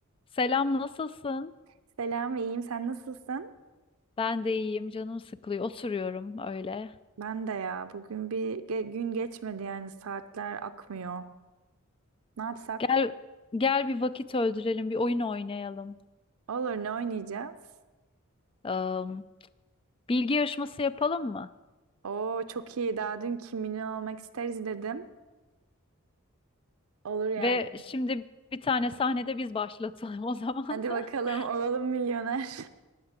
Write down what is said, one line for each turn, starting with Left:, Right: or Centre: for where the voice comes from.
Left: Selam, nasılsın?
Right: Selam, iyiyim. Sen nasılsın?
Left: Ben de iyiyim, canım sıkılıyor. Oturuyorum öyle.
Right: Ben de ya. Bugün bir ge- gün geçmedi yani saatler akmıyor. Ne yapsak?
Left: Gel, gel bir vakit öldürelim, bir oyun oynayalım.
Right: Olur, ne oynayacağız?
Left: Am, bilgi yarışması yapalım mı?
Right: Oo, çok iyi. Daha dün Kim milyon Olmak isteriz dedim. Olur yani.
Left: Ve şimdi bir tane sahnede biz başlatalım o zaman.
Right: Hadi bakalım
Left: <laughs>
Right: olalım milyoner.